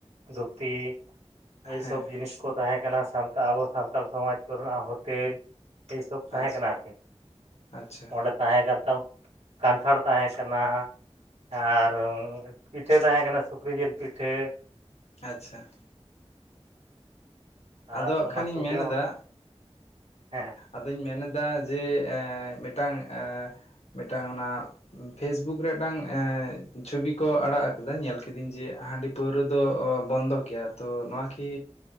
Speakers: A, on the right; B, on the left.
A: ᱫᱷᱩᱛᱤ ᱮᱭ
B: ᱦᱮᱸ
A: ᱥᱚᱵ ᱡᱤᱱᱤᱥ ᱠᱚ ᱛᱟᱦᱮᱸᱠᱟᱱᱟ ᱥᱟᱱᱛᱟᱲ ᱟᱵᱚ ᱥᱟᱱᱛᱟᱲ ᱥᱚᱢᱟᱡᱽ ᱠᱚ ᱨᱮᱱᱟᱜ ᱦᱳᱴᱮᱞ ᱮ ᱥᱚᱵ ᱛᱟᱦᱮᱸ
B: ᱟᱪᱪᱷᱟ
A: ᱠᱟᱱᱟ ᱟᱨᱠᱤ।
B: ᱟᱪᱪᱷᱟ
A: ᱚᱸᱰᱮ ᱛᱟᱦᱮᱸ ᱠᱟᱱ ᱛᱟᱢ ᱠᱟᱱᱴᱷᱟᱲ ᱛᱟᱦᱮᱸ ᱠᱟᱱᱟ ᱟᱨᱻ ᱯᱤᱴᱷᱟᱹ ᱛᱟᱦᱮᱸ ᱠᱟᱱᱟ ᱥᱩᱠᱨᱤ ᱡᱤᱞ ᱯᱤᱴᱷᱟᱹ
B: ᱟᱪᱪᱷᱟ
A: ᱟᱨ
B: ᱟᱫᱚ ᱦᱟᱜ
A: ᱚᱱᱟ
B: ᱠᱷᱟᱱᱤᱧ
A: ᱠᱚᱜᱮ
B: ᱢᱮᱱ ᱮᱫᱟ
A: ᱦᱮᱸ
B: ᱟᱫᱚᱧ ᱢᱮᱱ ᱮᱫᱟ ᱡᱮ ᱮ ᱢᱤᱫᱴᱟᱝ ᱮ ᱢᱤᱫᱴᱟᱝ ᱚᱱᱟ ᱯᱷᱮᱥᱵᱩᱠ ᱨᱮ ᱢᱤᱫᱴᱟᱝ ᱪᱷᱚᱵᱤ ᱠᱚ ᱟᱲᱟᱜ ᱟᱠᱟᱫᱟ ᱧᱮᱞ ᱠᱤᱫᱤᱧ ᱡᱮ ᱦᱟᱺᱰᱤ ᱯᱟᱹᱣᱨᱟᱹ ᱫᱚ ᱵᱚᱱᱫᱚ ᱜᱮᱭᱟ ᱟᱫᱚ ᱱᱚᱣᱟ ᱠᱤ